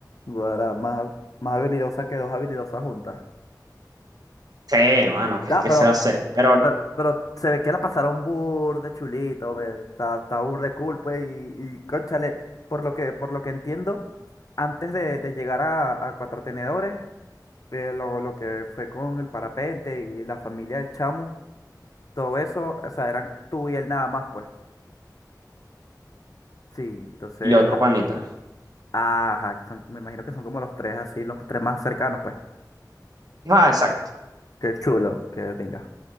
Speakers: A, on the left; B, on the right.
A: Guara, más, más habilidosa que dos habilidosas juntas.
B: Sí, mano, ¿qué
A: Ah,
B: es que
A: pero,
B: se hace? Pero,
A: Pero, pero se ve que la pasaron burde chulito, ve, Está, está bur cool, pues, y, y cónchale, por lo que, por lo que entiendo, antes de, de llegar a, a Cuatro Tenedores, eh, lo, lo que fue con el parapente y la familia del chamo, todo eso, o sea, eran tú y él nada más, pues. Sí, entonces,
B: y otro
A: ajá.
B: panita.
A: Ajá, que son, me imagino que son como los tres así, los tres más cercanos, pues.
B: Ah, exacto.
A: Qué chulo, que venga.